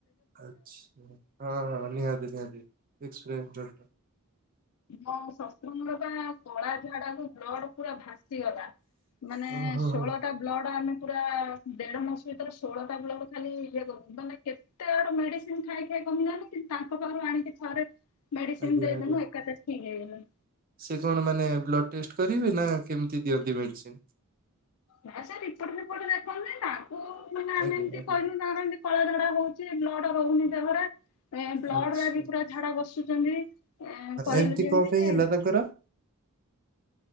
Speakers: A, on the right; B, on the left.
A: ଆଚ୍ଛା ହଁ ନିହାତି ନିହାତି ଏକ୍ସପ୍ରେନ୍ ଯୋ
B: ମୋ ଶଶୁରଙ୍ଗ ବା କଳା ଝାଡା କୁ ବ୍ଲଡ ପୁରା ଭାସି ଭାସିଗଲା ମାନେ
A: ଓହୋ
B: ଷୋହଳଟା
A: ହୋ
B: ବ୍ଲଡ଼ ଆମେ ପୁରା ଦେଢ଼ ମାସ ଭିତରେ ଷୋହଳଟା ବ୍ଲଡ ଖାଲି ଇଏ କର୍ ମାନେ କେତେ ଆଡ଼ୁ ମେଡ଼ିସିନ ଖାଇ ଖାଇ କମିଲାନ କିନ୍ତୁ ତାଙ୍କ ପାଖରୁ ଆଣିକି ଥରେ ମେଡିସିନ
A: ଆଜ୍ଞା
B: ଦେଇଦେନୁ
A: ଆଜ୍ଞା
B: ଏକାଥରେ ଠିକ୍ ହେଇଗଲେ
A: ସେ କଣ ମାନେ ବ୍ଲଡ଼ ଟେଷ୍ଟ କରିବେ ନା କେମିତି ଦିଅନ୍ତି ମେଡିସିନ?
B: ନା ସାର୍ ଏପଟ ସେପଟ ଦେଖନ୍ତୁନି ତାଙ୍କୁ ମାନେ ଆମେ
A: ଆଜ୍ଞା
B: ଏମିତି
A: ଆଜ୍ଞା
B: କରହିଲୁ ନାହଁନ୍ତି କଳା ଝଡା ହଉଛି ବ୍ଲଡ ରହୁନି ଦେହରେ ଏ ବ୍ଲଡରେ
A: ଆଚ୍ଛା
B: ବି ପୁରା ଝାଡା ବସୁଛନ୍ତି ଏ କହିଲୁ
A: ଏମିତି
B: ଯେମତି
A: କଣ ପାଇଁ ହେଲା
B: <inaudible>
A: ତାଙ୍କର